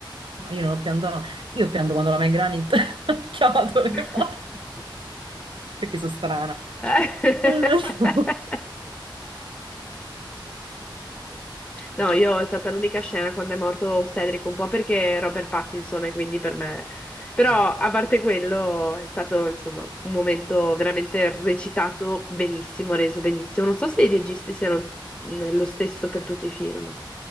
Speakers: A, on the right; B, on the left.
A: Ma io non ho pianto, io pianto quando la Meg Granit <laughs> ha chiamato le
B: <laughs>
A: forze, perché sono strana.
B: <laughs>
A: <laughs>
B: No, io è stata l'unica scena quando è morto Cedric, un po' perché Robert Pattinson e quindi per me. Però
A: Eh,
B: a parte quello è stato, insomma, un momento veramente recitato benissimo, reso benissimo. Non so se i registi siano mh, lo stesso per tutti i film.